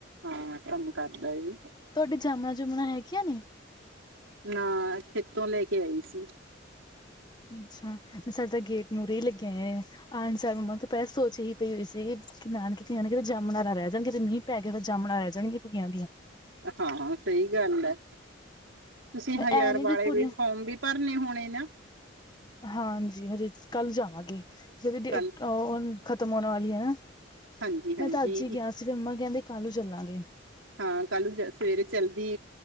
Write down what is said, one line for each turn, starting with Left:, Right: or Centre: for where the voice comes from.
Right: ਹਾਂ, ਕੰਮ ਕਰਦਾ ਏ!
Left: ਤੁਹਾਡੀ ਜਾਮਣਾ-ਜੁਮਣਾ ਹੈਗੀ ਆ ਨੀ?
Right: ਨਾ, ਖੇਤੋਂ ਲੈ ਕੇ ਆਈ ਸੀ!
Left: ਅੱਛਾ! ਸਾਡੇ ਤਾਂ ਗੇਟ ਮੂਹਰੇ ਹੀ ਲੱਗਿਆ। ਆਣਸ ਮੰਮਾ ਤਾਂ ਪਹਿਲ ਸੋਚ ਹੀ ਪਈ ਹੋਈ ਸੀ। ਤੇ ਨਾਨਕੇਤੇ ਜਾਮਣਾ ਰਹਿ ਜਾਣ ਕਿਤੇ ਮੀਂਹ ਪੈ ਕੇ ਫਿਰ ਜੰਮਣ ਰਹਿ ਜਾਣਗੀਆਂ ਕੁੜੀਆਂ ਦੀਆਂ
Right: ਹਾਂ ਸਹੀ ਗੱਲ ਆ ਤੁਸੀਂ ਹਜ਼ਾਰ
Left: ਐ ਨੀ
Right: ਵਾਲੇ
Left: ਕੁੜੀਆਂ
Right: ਵੀ ਫੋਰਮ ਵੀ ਭਰਨੇ ਹੋਣੇ ਨਾ।
Left: ਹਾਂਜੀ, ਹਜੇ ਕੱਲ ਜਾਵਾਂਗੇ ਜਦੀੇ
Right: ਕੱਲ
Left: ਉਹ ਖ਼ਤਮ ਹੋਣ ਵਾਲੀ ਹੈ।
Right: ਹਾਂਜੀ ਹਾਂਜੀ
Left: ਮੈਂ ਤਾਂ ਅੱਜ ਹੀ ਗਿਆ ਸੀ ਮੰਮਾ ਕਹਿੰਦੇ ਕੱਲੂ ਚੱਲਾਂਗੇ।
Right: ਹਾਂ ਕੱਲ ਸਵੇਰੇ ਚਲਦੀ